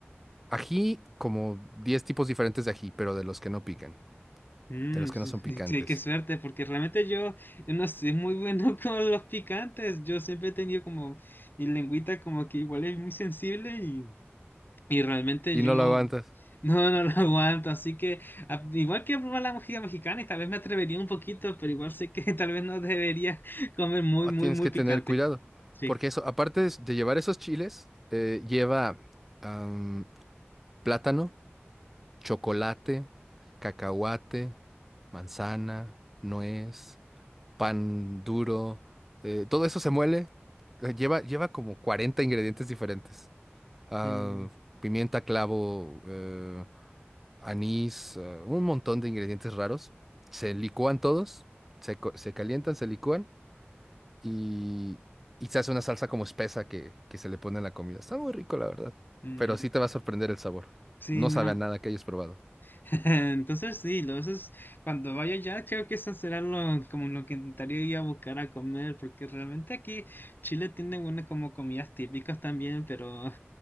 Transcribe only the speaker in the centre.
ají, como 10 tipos diferentes de ají, pero de los que no pican,
de los que
no son picantes.
Y
no lo aguantas.
Ah,
tienes
que
tener cuidado.
Porque eso, aparte de de llevar esos chiles, eh, lleva am, plátano, chocolate, cacahuate, manzana, nuez, pan duro. eh, todo eso se muele. eh, Lleva, lleva como 40 ingredientes diferentes. ah,
pimienta, clavo, eh, anís, eh, un montón de ingredientes raros. Se licúan todos, se, co- se calientan, se licúan y, y se hace una salsa como espesa que, que se le pone a la comida. Está muy rico, la verdad.
Pero sí te va a sorprender el sabor.
No
sabe a nada que hayas probado.